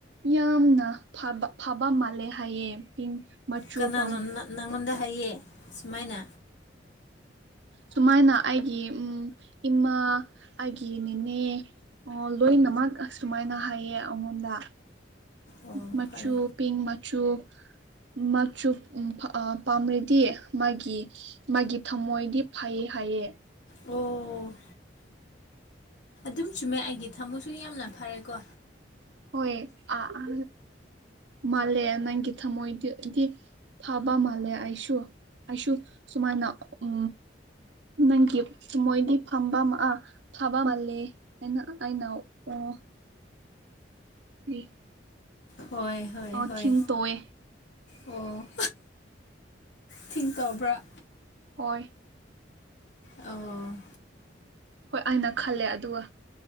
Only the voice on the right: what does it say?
ꯌꯥꯝꯅ ꯐꯕ ꯐꯕ ꯃꯥꯜꯂꯦ ꯍꯥꯏꯌꯦ ꯄꯤꯡ ꯃꯆꯨ
ꯄꯥꯝ
ꯁꯨꯃꯥꯏꯅ ꯑꯩꯒꯤ ꯏꯃꯥ ꯑꯩꯒꯤ ꯅꯦꯅꯦ ꯑꯣ ꯂꯣꯏꯅꯃꯛ ꯁꯨꯃꯥꯏꯅ ꯍꯥꯏꯌꯦ ꯑꯩꯉꯣꯟꯗ
ꯃꯆꯨ
ꯄꯤꯡ ꯃꯆꯨ ꯃꯆꯨ ꯄꯥꯝꯔꯗꯤ ꯃꯥꯒꯤ ꯃꯥꯒꯤ ꯊꯝꯃꯣꯏꯗꯤ ꯐꯩ ꯍꯥꯏꯌꯦ
ꯍꯣꯏ ꯑꯥ ꯃꯥꯜꯂꯦ ꯅꯪꯒꯤ ꯊꯝꯃꯣꯏꯗꯗꯤ ꯐꯕ ꯃꯥꯜꯂꯦ ꯑꯩꯁꯨ ꯑꯩꯁꯨ ꯁꯨꯃꯥꯏꯅ ꯎ ꯅꯪꯒꯤ ꯊꯃꯣꯏꯗꯤ ꯐꯕ ꯑ ꯐꯕ ꯃꯥꯜꯂꯦ ꯑꯩꯅ ꯑꯩꯅ ꯑꯣ ꯗꯤ
ꯑꯣ
ꯊꯤꯡ ꯇꯧꯑꯦ
ꯍꯣꯏ
ꯍꯣꯏ ꯑꯩꯅ ꯈꯜꯂꯦ ꯑꯗꯨꯒ